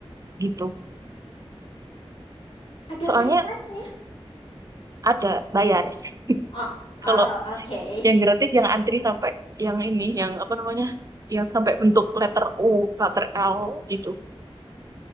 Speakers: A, on the right (about 35°); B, on the left (about 65°).
A: gitu
B: Ada
A: soalnya
B: fast tracknya?
A: ada bayar
B: Ah,
A: <laughs>
B: ah,
A: kalau
B: oke.
A: yang gratis yang antri sampai yang ini yang apa namanya yang sampai bentuk letter U letter L itu